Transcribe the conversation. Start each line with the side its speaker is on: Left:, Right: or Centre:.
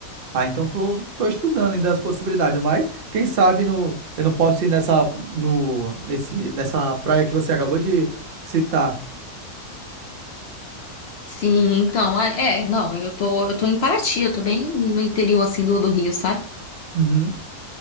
Right: Ah, então tô, tô estudando ainda as possibilidades, mas quem sabe no, eu não posso ir nessa no nesse nessa praia que você acabou de citar.
Left: Sim, então, é, é, não, eu tô, eu tô em Paraty, eu tô bem no interior, assim, do, do Rio, sabe?
Right: Uhum.